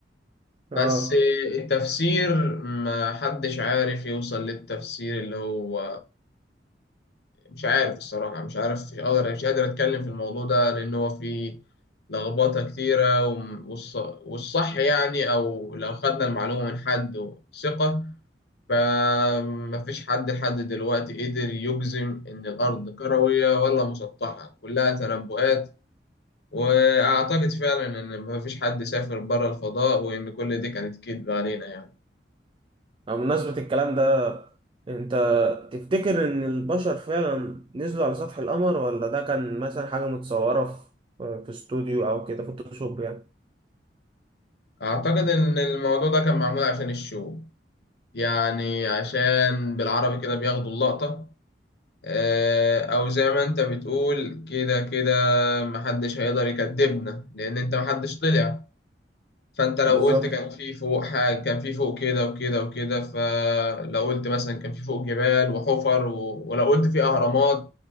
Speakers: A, on the right; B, on the left.
A: اه
B: بس التفسير ما حدش عارف يوصل للتفسير اللي هو مش عارف الصراحة مش عارف مش قادر مش قادر أتكلم في الموضوع ده لأن هو فيه لخبطة كتيرة وم- والص- والصح يعني أو لو خدنا المعلومة من حد ثقة فمفيش حد لحد دلوقتي قدر يجزم إن الأرض كروية ولا مسطحة كلها تنبؤات وأعتقد فعلا إن مفيش حد سافر بره الفضاء وإن كل دي كانت كذب علينا يعني.
A: أو بمناسبة الكلام ده انت تفتكر ان البشر فعلا نزلوا على سطح القمر ولا ده كان مثلا حاجة متصورة في في استوديو او كده فوتوشوب يعني
B: أعتقد إن الموضوع ده كان معمول عشان الشو يعني عشان بالعربي كده بياخدوا اللقطة آه، أو زي ما أنت بتقول كده كده محدش هيقدر يكدبنا لأن أنت محدش طلع فأنت لو
A: بالظبط
B: قلت كان في فوق حاجة كان في فوق كده وكده وكده فلو قلت مثلا كان في فوق جبال وحفر و... ولو قلت في أهرامات